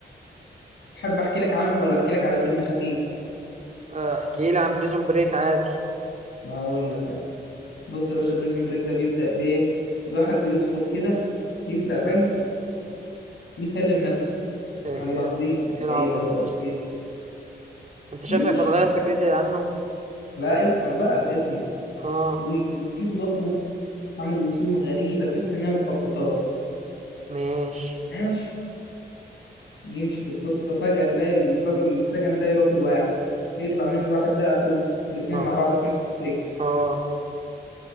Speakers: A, on the left; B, on the right.
A: تحب احكي لك عنه ولا احكي لك على فيلم خفيف
B: آه، احكي لي عن بريزون بريك عادي
A: انا هقول لك يعني بص يا باشا بريزن بريك ده بيبدا بايه بواحد بيدخل كده يسرق بنك ويسلم نفسه
B: ايه
A: قال
B: إيه-
A: له ده عبيط ولا
B: إيه العبط
A: ايه ده
B: ده
A: ولا
B: يا
A: في
B: اسطى
A: ايه
B: انت شكلك
A: ماشي
B: هتغير فكرتي عنه
A: لا اسمع بقى اسمع
B: اه
A: ويجيبوا ظهره عامل وشوم غريبة تحس إنها مخططات
B: ماشي
A: ماشي يمشي في القصة فجأة تلاقي الراجل اللي اتسجن ده يروح لواحد يطلع من الواحد ده أخوه الاتنين
B: اه
A: مع بعض في نفس السجن
B: اه